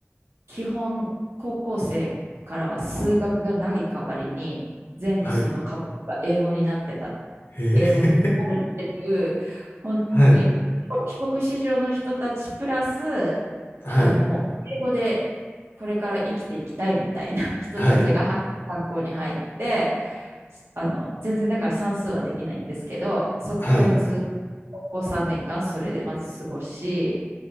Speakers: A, on the right; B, on the left.
A: 基本高校生からは数学がない代わりに、全部その科目が英語になってた、
B: はい、へえ、
A: 英語になるっていう、本当に
B: <laughs> はい、
A: 帰国子女の人たちプラス、
B: はい、
A: あのもう英語でこれから生きていきたいみたいな人たちが入学校に入って、
B: はい、
A: あの全然だから算数はできないんですけどそこからずっと高校3年間それでまず過ごし
B: はい、